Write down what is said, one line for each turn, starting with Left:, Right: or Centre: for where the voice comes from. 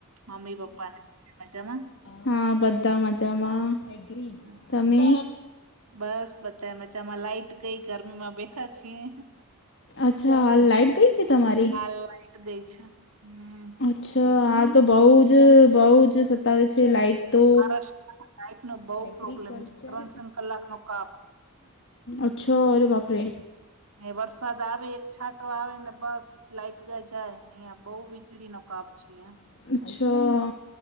Right: મમ્મી પપ્પાને મજામા?
Left: હા, બધા મજામાં
Right: હમ,
Left: તમે?
Right: બધા મચામાં લાઈટ કઈ ગરમીમાં બેઠા છીએ.
Left: અચ્છા હાલ લાઈટ ગઈ છે તમારી
Right: હાલ લાઉટ ગઈ છે, હમ્મ.
Left: અચ્છા, આ તો બઉ જ બહુ જ સતાવે છે લાાઈટ તો
Right: મહારાષ્ટ્રમાં લાઈટ નો બહુ
Left: <unintelligible> એગ્રીકલ્ચર
Right: પ્રોબ્લેમ છે ત્રણ ત્રણ કલાક નો કાપ
Left: ઓછોરે વાપરે
Right: એ વરસાદ આવે એક છાંટો આવે ને બસ લાઇટ ગ જાય અહિયાં બઉ વીજળી નો મુ કાપ છે. અ
Left: અચ્છા.